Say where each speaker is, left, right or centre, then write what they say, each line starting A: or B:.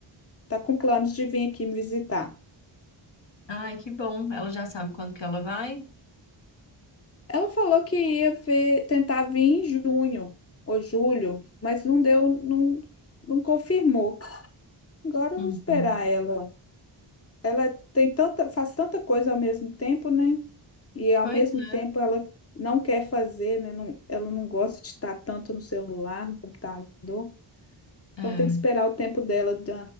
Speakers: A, on the left; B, on the left.
A: tá com planos de vir aqui me visitar.
B: Ai, que bom. Ela já sabe quando que ela vai?
A: Ela falou que ia ver, tentar vir em junho ou julho, mas não deu, não, não confirmou. Agora
B: Uhum.
A: eu vou esperar ela. Ela tem tanta, faz tanta coisa ao mesmo tempo, né? E ao
B: Pois
A: mesmo
B: é.
A: tempo ela não quer fazer, né? Não, ela não gosta de estar tanto no celular, no computador.
B: É,
A: Então tem que esperar o tempo dela de